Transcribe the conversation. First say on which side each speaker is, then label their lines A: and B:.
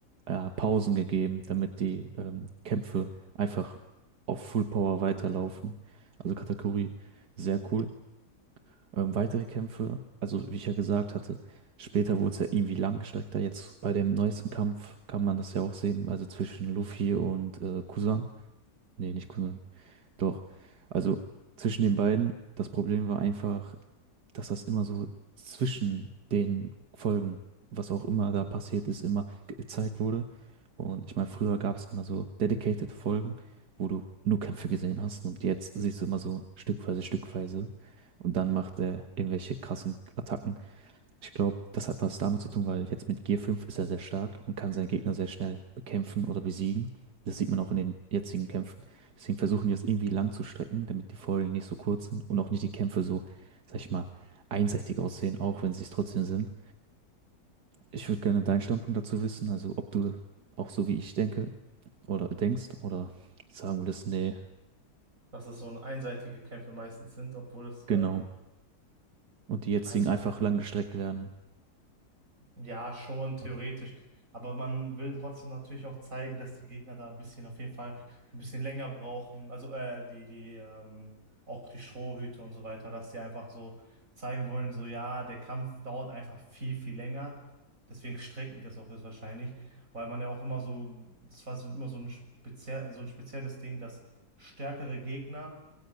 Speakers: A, on the right (about 80°); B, on the right (about 55°).
A: äh, Pausen gegeben, damit die ähm, Kämpfe einfach auf Full Power weiterlaufen. Also Katakuri, sehr cool. Ähm, weitere Kämpfe, also wie ich ja gesagt hatte, später wurde es ja irgendwie langgestreckter. Jetzt bei dem neuesten Kampf kann man das ja auch sehen, also zwischen Luffy und äh, Kusan. Nee, nicht Kusan. Doch. Also zwischen den beiden, das Problem war einfach, dass das immer so zwischen den Folgen, was auch immer da passiert ist, immer ge- gezeigt wurde. Und ich meine, früher gab es immer so dedicated Folgen, wo du nur Kämpfe gesehen hast und jetzt siehst du immer so stückweise, stückweise und dann macht er irgendwelche krassen Attacken. Ich glaube, das hat was damit zu tun, weil jetzt mit Gear fünf ist er sehr stark und kann seinen Gegner sehr schnell bekämpfen oder besiegen. Das sieht man auch in den jetzigen Kämpfen. Deswegen versuchen die das irgendwie lang zu strecken, damit die Folgen nicht so kurz sind und auch nicht die Kämpfe so, sag ich mal, einseitig aussehen, auch wenn sie es trotzdem sind. Ich würde gerne deinen Standpunkt dazu wissen, also ob du auch so wie ich denke oder denkst oder sagen würdest, nee,
B: Dass es so ein einseitige Kämpfe meistens sind, obwohl es äh,
A: genau. Und die jetzigen
B: also.
A: einfach lang gestreckt werden.
B: Ja, schon theoretisch. Aber man will trotzdem natürlich auch zeigen, dass die Gegner da ein bisschen, auf jeden Fall ein bisschen länger brauchen. Also äh, die, die, ähm, auch die Strohhüte und so weiter, dass die einfach so zeigen wollen, so ja, der Kampf dauert einfach viel, viel länger. Deswegen strecken die das auch ist wahrscheinlich, weil man ja auch immer so, es war so immer so ein speziell, so ein spezielles Ding, dass stärkere Gegner